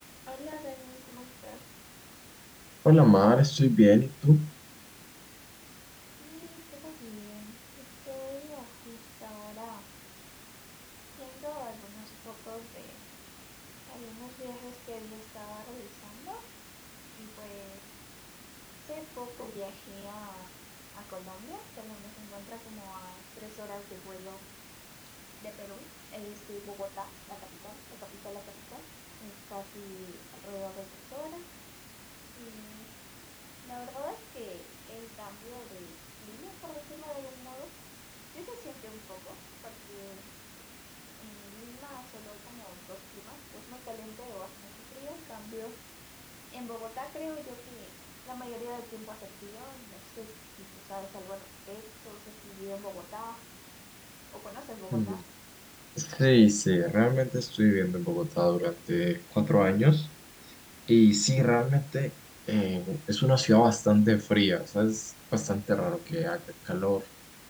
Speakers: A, on the left; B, in the centre.
A: Hola, Dani, ¿cómo estás?
B: Hola Mar, estoy bien, ¿y tú?
A: Sí, todo bien. Estoy a justo ahora viendo algunas fotos de algunos viajes que había estado realizando y pues hace poco viajé a, a Colombia. Colombia se encuentra como a tres horas de vuelo de Perú. Este, Bogotá, la capital, la capital, la capital, es casi alrededor de tres horas. Y la verdad es que el cambio de clima, por decirlo de algún modo, Sí se siente un poco, porque en Lima solo hay como dos climas, o es muy caliente o hace mucho frío. En cambio, en Bogotá creo yo que la mayoría del tiempo hace frío. No sé si tú sabes algo al respecto, si has vivido en Bogotá o conoces Bogotá.
B: Mm, Sí, sí, realmente estoy viviendo en Bogotá durante cuatro años. Y sí, realmente eh, es una ciudad bastante fría, o sea, es bastante raro que haga calor.